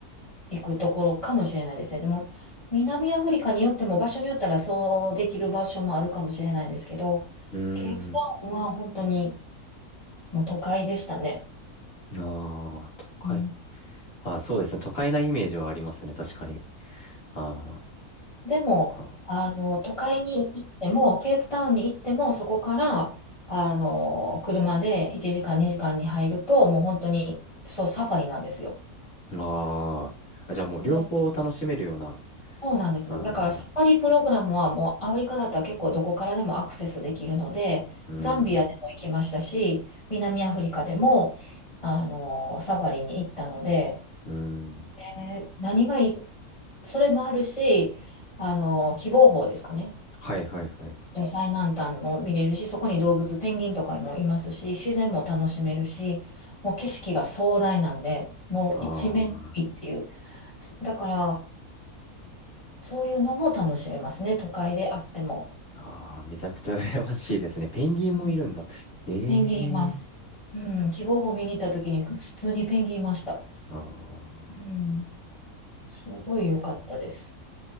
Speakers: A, on the left; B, on the left.
A: 行くところかもしれないですね。でも、南アフリカによっても場所によったらそうできる場所もあるかもしれないんですけど、
B: うー
A: ケープタウンは本当にもう都会でしたね。
B: ん、ああ、都会。
A: うん、
B: ああ、そうですね。都会なイメージはありますね。確かに。ああ、
A: でも、
B: そっか。
A: あの、都会に行っても、ケープタウンに行っても、そこから、あの、車で1時間、2時間に入ると、もう本当に、そう、サファリなんですよ。
B: あーあ、じゃあもう両方楽しめるような。
A: でそうなんです。
B: あー
A: だからサファリプログラムはもうアフリカだったら結構どこからでもアクセスできるので、
B: うん、
A: ザンビアでも行きましたし、南アフリカでも、あの、サファリに行ったので、
B: うん。
A: えー何がいい、それもあるし、あの、希望峰ですかね。
B: はいはいはい。
A: 最南端も見れるし、そこに動物、ペンギンとかもいますし、自然も楽しめるし、もう景色が壮大なんで、もう一面にっていう。
B: あ
A: だから、そういうのも楽しめますね、都会であっても。
B: あ、ああ、めちゃくちゃ羨ましいですね。ペンギンもいるんだ。
A: うん
B: ええ
A: ペンギンいます。うん、希望を見に行った時に普通にペンギンいました。
B: ああ、
A: うん、すごい良かったです。